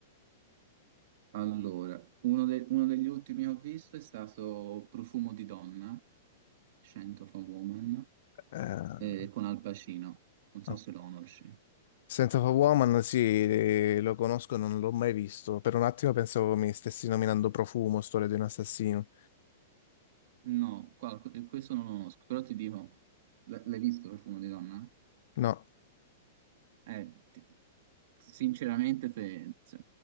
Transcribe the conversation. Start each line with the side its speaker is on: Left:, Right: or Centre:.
Right: Allora, uno, de- uno degli ultimi che ho visto è stato Profumo di donna, Scent of a Woman,
Left: Eh,
Right: eh, con Al Pacino. Non so
Left: no.
Right: se lo conosci.
Left: Scent of a Woman, sì, eh, lo conosco, non l'ho mai visto. Per un attimo pensavo mi stessi nominando Profumo, Storia di un assassino.
Right: No, qua- questo non lo conosco, però ti dico, l- l'hai visto Profumo di donna?
Left: No,
Right: Eh, ti- sinceramente se- se-